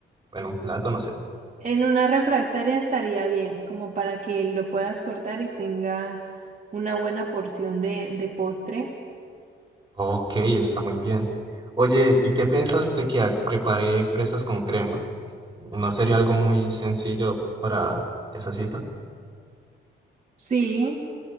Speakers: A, on the right (about 20°); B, on the right (about 35°).
A: en un plato, no sé.
B: En una refractaria estaría bien, como para que lo puedas cortar y tenga una buena porción de, de postre.
A: Ok, está muy bien. Oye, ¿y qué piensas de que ha- prepare fresas con crema? ¿No sería algo muy sencillo para esa cita?
B: Sí,